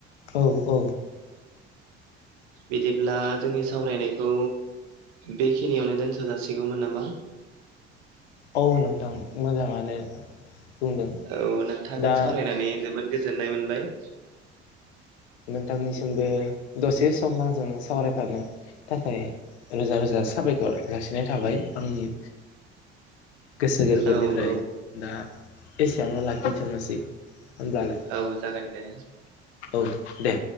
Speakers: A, on the left; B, on the right.
A: औ औ
B: बिदिब्ला जोंनि सावरायनायखौ बेखिनियावनो दोनथ' जासिगौमोन नामा?
A: औ नोंथां मोजाङानो बुंदों
B: औ नों थांजों
A: दा
B: सावरायनानै जोबोद गोजोननाय मोनबाय।
A: नोंथांनिसि मबो दसे सम आजों सावरायफानो थाखाय रोजा रोजा साबायखर जासिनाय थाबाय। आंनि गोसो गोरबोनिफ्राय
B: औ औ
A: दा एसेयावनो लाखिथ'नोसै। होमब्लालाय
B: औ जागोन दे।
A: औ दे।